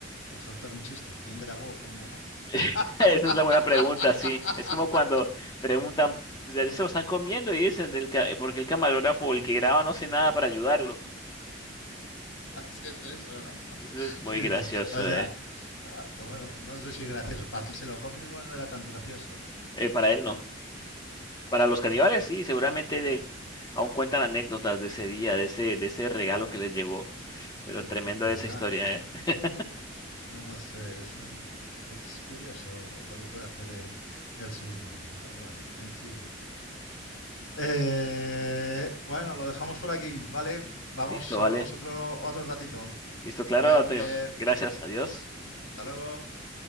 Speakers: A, on the left; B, on the left.
A: voy a soltar un chiste. ¿Quién grabó? ¿Cómo?
B: <laughs>
A: <laughs>
B: Esa es la buena pregunta, sí. Es como cuando preguntan, "¿De- se lo están comiendo y dicen, el ca- eh, porque el camarógrafo, o el que graba, no hace nada para ayudarlo.
A: es que es eso, ¿no?
B: Entonces,
A: <laughs>
B: es muy
A: Dice,
B: gracioso,
A: o sea,
B: ¿eh?
A: ah, bueno, no sé si gracioso. Para el que se lo comen igual no era tan gracioso.
B: Eh, para él no. Para los caníbales,
A: Y,
B: sí, seguramente de, aún cuentan anécdotas de ese día, de ese, de ese regalo que les llegó. Pero
A: ver-
B: tremenda
A: ¿Verdad?
B: esa historia, ¿eh? <laughs>
A: Ah, Bueno, no sé, es, eh, es curioso lo, lo que puede hacer el, el ser humano, pero bueno, en fin. Eh, bueno, lo dejamos por aquí, ¿vale? Vamos,
B: Listo, vale.
A: hablamos otro, otro ratito.
B: Listo, claro,
A: Que vaya
B: Antonio.
A: muy bien.
B: Gracias, adiós.
A: Hasta hasta luego.